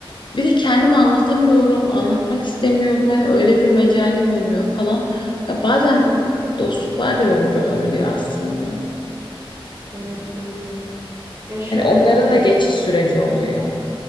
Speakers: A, on the left; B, on the right.
A: bir de kendimi anlatamıyorum, anlatmak istemiyorum. Hani öyle bir mecalim olmuyor falan. Ya bazen dostluklar da yorucu olabiliyor aslında.
B: Evet öyle. Ya şöyle
A: Yani onların
B: bir de.
A: da geçiş süreci oluyor.
B: Hı hı.